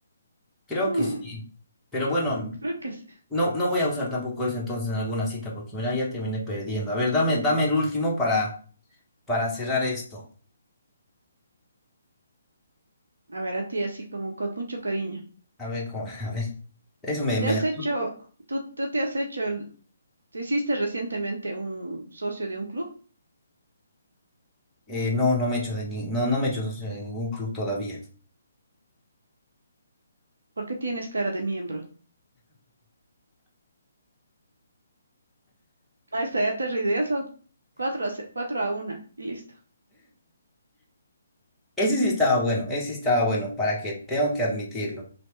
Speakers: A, in the centre; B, on the right.
A: creo
B: mm,
A: que sí. Pero bueno,
B: creo que sí.
A: no, no voy a usar tampoco eso entonces en alguna cita, porque mira, ya terminé perdiendo. A ver, dame, dame el último para, para cerrar esto.
B: A ver, a ti así como con mucho cariño.
A: A ver, cómo, <laughs> a ver. Eso me,
B: ¿Te
A: me
B: has
A: da.
B: hecho, tú, tú te has hecho el, te hiciste recientemente un socio de un club?
A: eh, no, no me he hecho de ni- no, no me he hecho socio de ningún club todavía.
B: ¿Por qué tienes cara de miembro? Ahí está, ya te rideas, son cuatro a, ce- cuatro a una y listo.
A: Ese sí estaba bueno, ese sí estaba bueno, para que tengo que admitirlo.